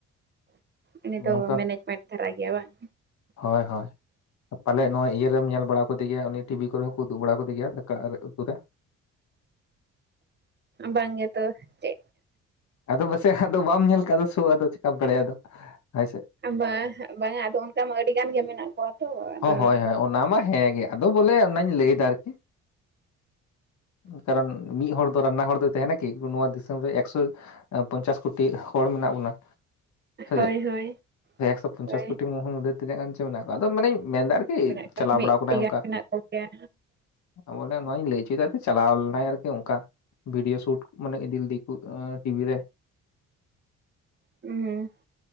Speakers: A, on the right (about 35°); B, on the left (about 65°).
A: ᱩᱱᱤ ᱫᱚ
B: ᱱᱚᱝᱠᱟ
A: ᱢᱮᱱᱮᱡᱢᱮᱱᱴ ᱫᱷᱟᱨᱟ ᱜᱮᱭᱟ ᱵᱟᱝ᱾
B: ᱦᱳᱭ ᱦᱳᱭ ᱯᱟᱞᱮ ᱱᱚᱣᱟ ᱤᱭᱟᱹᱟᱹᱨᱮᱢ ᱧᱮᱞ ᱵᱟᱲᱟ ᱟᱠᱟᱫᱮ ᱜᱮᱭᱟ ᱩᱱᱤ ᱴᱤᱵᱷᱤ ᱠᱚᱨᱮ ᱦᱚᱸ ᱠᱚ ᱩᱫᱩᱜ ᱵᱟᱲᱟᱫᱮᱭᱟ ᱫᱟᱠᱟ ᱨᱮ ᱩᱛᱩ ᱨᱮ
A: ᱵᱟᱝᱜᱮ ᱛᱚ ᱪᱮ..
B: ᱟᱫᱚ ᱯᱟᱥᱮᱡ ᱟᱫᱚ ᱵᱟᱢ ᱧᱮᱞ ᱠᱟᱜ ᱥᱳ ᱟᱫᱚ ᱪᱮᱠᱟᱢ ᱵᱟᱲᱟᱭᱟ ᱟᱫᱚ ᱦᱳᱭᱥᱮ
A: ᱵᱟᱝ, ᱵᱟᱝ ᱟᱫᱚ ᱚᱱᱠᱟ ᱢᱟ ᱟᱹᱰᱤ ᱜᱟᱱ ᱜᱮ ᱢᱮᱱᱟᱜ ᱠᱚᱣᱟ ᱛᱚ ᱟᱫᱚ
B: ᱚ ᱦᱳᱭ ᱦᱳᱭ ᱚᱱᱟ ᱢᱟ ᱦᱮᱸ ᱜᱮ ᱟᱫᱚ ᱵᱚᱞᱮ ᱚᱱᱟᱧ ᱞᱟᱹᱭᱫᱟ ᱟᱨᱠᱤ ᱠᱟᱨᱚᱱ ᱢᱤᱫ ᱦᱚᱲ ᱫᱚ ᱨᱟᱱᱱᱟ ᱦᱚᱲ ᱫᱚᱭ ᱛᱟᱦᱮᱱᱟ ᱠᱤᱛᱩ ᱱᱚᱣᱟ ᱫᱤᱥᱚᱢ ᱨᱮ ᱮᱠᱥᱚᱼᱼ ᱯᱚᱧᱪᱟᱥ ᱠᱳᱴᱤ ᱦᱚᱲ ᱢᱮᱱᱟᱜ ᱵᱚᱱᱟ ᱥᱮ
A: ᱦᱳᱭ ᱦᱳᱭ
B: ᱪᱮᱫ ᱮᱠᱥᱚ ᱯᱚᱧᱪᱟᱥ
A: ᱦᱳᱭ
B: ᱠᱳᱴᱤ ᱢᱩ ᱢᱩᱫᱽᱮ ᱛᱤᱱᱟᱹᱜ ᱜᱟᱱ ᱪᱮ ᱢᱮᱱᱟᱜ ᱠᱚᱣᱟ ᱟᱫᱚ ᱢᱟᱱᱮᱧᱼᱼ ᱢᱮᱱᱫᱟ ᱟᱨᱠᱤ
A: ᱢᱮᱱᱟᱜ
B: ᱪᱟᱞᱟᱣ
A: ᱠᱚᱣᱟ ᱢᱤᱫᱴᱤ
B: ᱵᱟᱲᱟ ᱠᱟᱱᱟᱭ ᱚᱱᱠᱟ
A: ᱜᱟᱱ ᱢᱮᱱᱟᱜ ᱠᱚᱜᱮᱭᱟ
B: ᱵᱚᱞᱮ ᱱᱚᱣᱟᱧ ᱞᱟᱹᱭ ᱦᱚᱪᱚᱭᱮᱫᱟ ᱪᱟᱞᱟᱣ ᱞᱮᱱᱟᱭ ᱟᱨᱠᱤ ᱚᱱᱠᱟ ᱵᱷᱤᱰᱭᱳ ᱥᱩᱴ ᱢᱟᱱᱮ ᱤᱫᱤ ᱞᱮᱫ ᱫᱮᱠᱚ ᱴᱤᱵᱷᱤ ᱨᱮ
A: ᱦᱩᱸ <unintelligible>